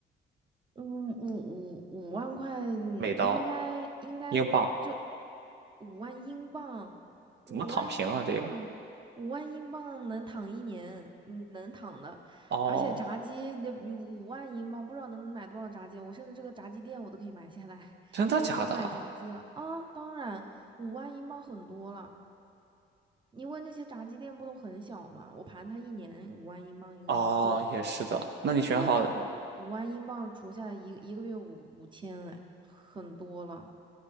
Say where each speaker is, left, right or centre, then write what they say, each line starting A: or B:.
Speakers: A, on the right (about 25°); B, on the right (about 60°).
A: 五五五五万块，嗯应该应该就
B: 美刀、英镑
A: 五万英镑，
B: 怎么躺平啊？
A: 五万英镑，
B: 这个
A: 五万英镑能躺一年，嗯，能躺的。
B: 哦，
A: 而且炸鸡的五万英镑，不知道能买多少炸鸡。我甚至这个炸鸡店我都可以买下来，<laughs>
B: 真的假的啊？
A: 别说买炸鸡了啊！当然，五万英镑很多了，因为那些炸鸡店不都很小嘛。我盘它一年五万英镑应该够吧。
B: 哦，也是的。那你选好了？
A: 因为你五五万英镑除下来一一个月五五千，哎，很多了。